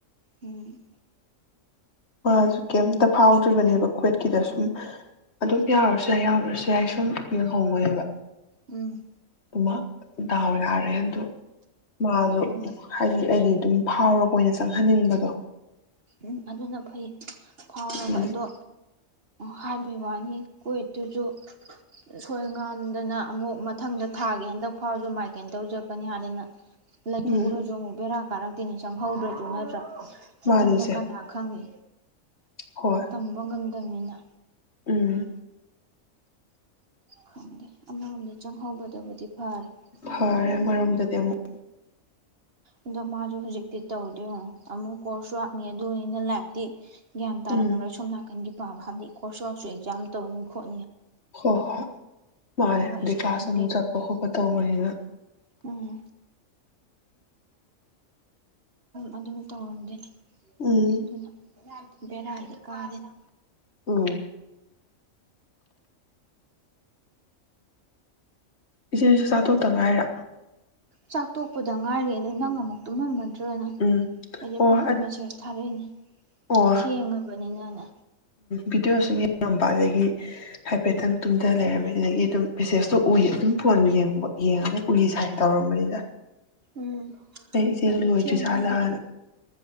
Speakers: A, on the right (about 50°); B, on the left (about 55°).
A: ꯎꯝ
B: ꯃꯥꯁꯨ ꯀꯦꯝ ꯇ ꯐꯥꯎꯗ꯭ꯔꯤꯕꯅꯦꯕ ꯀꯋꯦꯠꯀꯤꯗ ꯁꯨꯝ ꯑꯗꯨꯝ ꯌꯥꯎꯔꯁꯨ ꯌꯥꯏ ꯌꯥꯎꯗ꯭ꯔꯁꯨ ꯌꯥꯏ ꯁꯨꯝ ꯌꯦꯡꯍꯧꯕꯅꯦꯕ
A: ꯎꯝ
B: ꯏꯃꯥ ꯗꯥꯎ ꯌꯥꯔꯦ ꯑꯗꯨ ꯃꯥꯁꯨ
A: ꯎꯝ
B: ꯍꯥꯏꯗꯤ ꯑꯩꯗꯤ ꯑꯗꯨꯝ ꯐꯥꯎꯔ ꯀꯣꯏ ꯑꯣꯏꯅ ꯆꯪꯍꯟꯅꯤꯡꯕꯗꯣ
A: ꯎꯝ ꯑꯗꯨꯅ ꯐꯩ ꯐꯥꯎꯒ
B: ꯎꯝ
A: ꯑꯗꯣ ꯍꯥꯏꯕ ꯋꯥꯅꯤ ꯀꯣꯏꯠꯇꯨꯁꯨ ꯊꯣꯏ ꯉꯥꯝꯗꯅ ꯑꯃꯨꯛ ꯃꯊꯪꯗ ꯊꯥꯒꯦ ꯍꯟꯗꯛ ꯐꯥꯎꯁꯨ ꯃꯥꯏ ꯀꯩꯅꯣ ꯇꯧꯖꯔꯛꯄꯅꯤ ꯍꯥꯏꯥꯅꯗꯩꯅ ꯂꯩꯊꯣꯛ
B: ꯎꯝ
A: ꯎꯔꯖꯣ ꯑꯃꯨꯛ ꯕꯦꯔꯥ ꯄꯥꯔꯛꯇꯤꯅꯤ ꯆꯪꯍꯧꯗ꯭ꯔꯁꯨ ꯅꯠꯇ꯭ꯔꯥ ꯃꯊꯪꯗ
B: ꯃꯥꯅꯤꯁꯦ
A: ꯀꯅꯥ ꯈꯪꯅꯤ
B: ꯍꯣꯏ
A: ꯇꯝꯕ ꯉꯝ ꯀꯃꯅꯤꯅ
B: ꯎꯝ
A: ꯈꯪꯗꯦ ꯑꯃꯔꯣꯝꯗ ꯆꯪꯍꯧꯕꯗꯕꯨꯗꯤ ꯐꯔꯦ
B: ꯐꯔꯦ ꯑꯃꯔꯣꯝꯗꯗꯤ
A: ꯑꯗꯣ
B: ꯑꯃꯨꯛ
A: ꯎꯝ ꯑꯗꯣ ꯃꯥꯁꯨ ꯍꯧꯖꯤꯛꯇꯤ ꯇꯧꯗꯦ ꯌꯦꯒꯣ ꯑꯃꯨꯛ ꯀꯣꯔꯁ ꯋꯥꯥꯛꯅꯤ ꯑꯗꯨꯅꯤꯅ ꯂꯥꯏꯛꯇꯤ ꯒ꯭ꯌꯥꯟ ꯇꯥꯔꯝꯃꯔꯣꯏ
B: ꯎꯝ
A: ꯁꯣꯝ ꯅꯥꯀꯟꯒꯤ ꯇꯥꯎ ꯍꯥꯞꯅꯤ ꯀꯣꯔꯁ ꯋꯥꯛꯁꯨ ꯑꯦꯛꯖꯥꯝ ꯇꯧꯅꯤ ꯈꯣꯡ
B: ꯍꯣꯏ ꯍꯣꯏ ꯃꯥꯅꯦ
A: ꯃꯣꯏ
B: ꯑꯗꯩ
A: ꯑꯦꯁꯥꯏꯟꯃꯦꯟ
B: ꯀ꯭ꯂꯥꯁ ꯑꯃꯨꯛ ꯆꯠꯄ ꯈꯣꯠꯄ ꯇꯧꯕꯅꯤꯅ
A: ꯎꯝꯝ ꯑꯗꯨꯝ ꯇꯧꯔꯝꯗꯦ
B: ꯎꯝ
A: ꯑꯗꯨꯅ ꯕꯔꯥꯗꯤ ꯀꯥꯔꯦ ꯎ
B: ꯎꯝ ꯏꯆꯦꯁꯨ ꯆꯥ ꯊꯣꯛꯇ ꯉꯥꯏꯔꯣ
A: ꯆꯥꯛ ꯇꯣꯛꯄꯗ ꯉꯥꯏꯔꯦ ꯑꯗꯩ ꯅꯪ ꯑꯃꯨꯛ ꯇꯨꯝꯃꯝꯝ ꯅꯠꯇ꯭ꯔꯒꯅ
B: ꯎꯝ
A: ꯑꯩꯁꯦ
B: ꯑꯣ
A: ꯐꯠ ꯐꯠ ꯃꯦꯁꯦꯁ ꯊꯥꯔꯛꯏꯅꯦ
B: ꯑꯣ
A: ꯊꯦꯡꯉꯕꯅꯤꯅꯅ
B: ꯕꯤꯗꯤꯑꯣ ꯁꯨꯝ ꯌꯦꯡꯉꯝꯕ ꯑꯗꯒꯤ ꯍꯥꯏꯐꯦꯠꯇꯪ ꯇꯨꯝꯗ ꯂꯩꯔꯝꯃꯤ ꯑꯗꯨꯗꯒꯤ ꯑꯗꯨꯝ ꯃꯦꯁꯦꯁꯇꯣ ꯎꯏ ꯑꯗꯨꯝ ꯐꯣꯟ ꯌꯦꯡꯕ ꯌꯦꯡꯉꯒ ꯎꯔꯤ ꯁꯥꯏ ꯇꯧꯔꯝꯕꯅꯤꯗ
A: ꯎꯝ
B: ꯑꯩ ꯏꯆꯦꯗꯣ
A: ꯍꯥꯏꯗꯤ
B: ꯂꯣꯏꯗ꯭ꯔꯤ
A: ꯊꯦꯡꯉꯛꯑꯗꯤ
B: ꯁꯥꯥꯠꯂꯅ